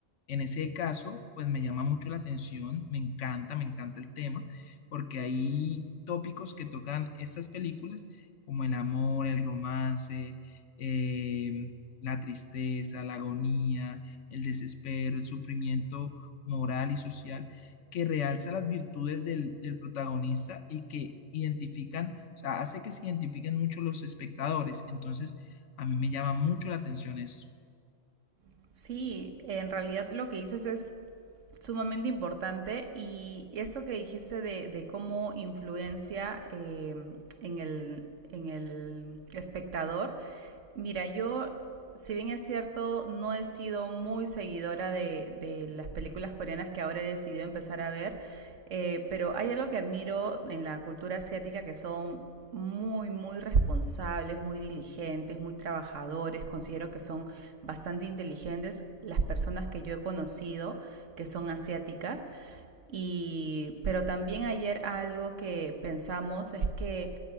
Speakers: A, on the left (about 75°); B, on the right (about 80°).
A: en ese caso, pues me llama mucho la atención, me encanta, me encanta el tema, porque hay tópicos que tocan estas películas, como el amor, el romance, em, la tristeza, la agonía, el desespero, el sufrimiento moral y social que realza las virtudes del, del protagonista y que identifican, o sea, hace que se identifiquen mucho los espectadores. Entonces, a mí me llama mucho la atención esto.
B: <laughs> sí, en realidad lo que dices es sumamente importante y eso que dijiste de, de cómo influencia eh, en, el, en el espectador Mira, yo, si bien es cierto, no he sido muy seguidora de, de las películas coreanas que ahora he decidido empezar a ver, eh, pero hay algo que admiro en la cultura asiática que son muy, muy responsables, muy diligentes, muy trabajadores. Considero que son bastante inteligentes las personas que yo he conocido que son asiáticas. Y, pero también ayer algo que pensamos es que